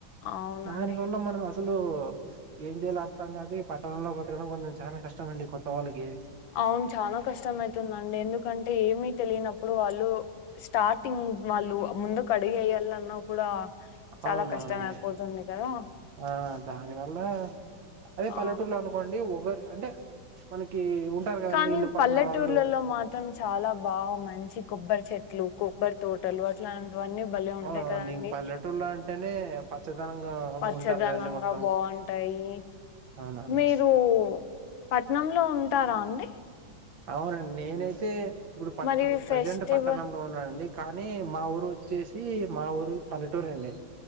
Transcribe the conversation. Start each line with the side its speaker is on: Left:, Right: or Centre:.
Left: అవునండి
Right: దాని వల్ల మనం అసలు ఏం చేయాల అర్థం కాక ఈ పట్టణంలో బ్రతకడం కొంచెం చాలా కష్టమండి కొత్త వాళ్ళకి
Left: అవును చాలా కష్టం అయితుందండి ఎందుకంటే ఏమి తెలియనప్పుడు వాళ్ళు స్టార్టింగ్ వాళ్ళు ముందుకు అడిగు వేయాలన్నా కూడా చాలా
Right: అవును
Left: కష్టం
Right: అవును అండి
Left: అయిపోతుంది కదా
Right: ఆ దానివల్ల అదే
Left: ఆ
Right: పల్లెటూరిలో అనుకోండి అనుకోండి ఒకరు అంటే మనకి ఉంటారు కదండి
Left: కానీ
Right: ఇల్లు పక్కన
Left: పల్లెటూర్లలో
Right: వాళ్ళు
Left: మాత్రం చాలా బాగు మంచి కొబ్బరి చెట్లు కొబ్బరి తో టలు అట్లాంటివన్నీ భలే ఉంటాయి
Right: అవునవును
Left: కదా అండి
Right: ఇంక పల్లెటూళ్లో అంటేనే పచ్చదనంగా
Left: పచ్చదనంగా
Right: ఉంటది కదండి మొత్తం
Left: బాగుంటాయి
Right: అవునవునండి
Left: మీరు పట్నంలో ఉంటారా అండి
Right: అవును అండి నేనైతే ఇప్పుడు పట్
Left: మరి
Right: ప్రజెంట్
Left: ఫెస్టివల్
Right: పట్టణంలో ఉన్నానండి కానీ మా ఊరు వచ్చేసి మా ఊరు పల్లెటూరు అండి